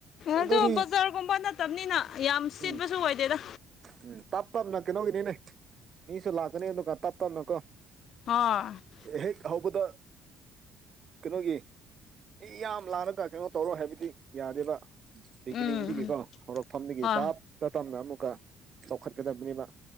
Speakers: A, on the right; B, on the left.
A: ꯑꯗꯨꯗꯤ
B: ꯑꯗꯣ ꯕꯖꯥꯔꯒꯨꯝꯕ ꯅꯠꯇꯕꯅꯤꯅ ꯌꯥꯝ ꯁꯤꯠꯄꯁꯨ
A: ꯎꯝ
B: ꯑꯣꯏꯗꯦꯗ
A: ꯎꯝ ꯇꯞ ꯇꯞꯅ ꯀꯩꯅꯣꯒꯤꯅꯤꯅꯦ ꯃꯤꯁꯨ ꯂꯥꯛꯀꯅꯤ ꯑꯗꯨꯒ ꯇꯞ ꯇꯞꯅ ꯀꯣ
B: <unintelligible>
A: ꯍꯦꯛ ꯍꯧꯕꯗ ꯀꯩꯅꯣꯒꯤ ꯃꯤ ꯌꯥꯝ ꯂꯥꯂꯒ ꯀꯩꯅꯣ ꯇꯧꯔꯣ ꯍꯥꯏꯕꯗꯤ ꯌꯥꯗꯦꯕ ꯕꯤꯒꯤꯅꯤꯡꯗꯒꯤꯀꯣ
B: ꯎꯝ ꯎꯝ
A: ꯍꯧꯔꯛꯐꯝꯗꯒꯤ
B: ꯍꯣꯏ
A: ꯇꯞꯇ ꯇꯞꯅ ꯑꯃꯨꯛꯀ ꯆꯥꯎꯈꯠꯀꯗꯕꯅꯦꯕ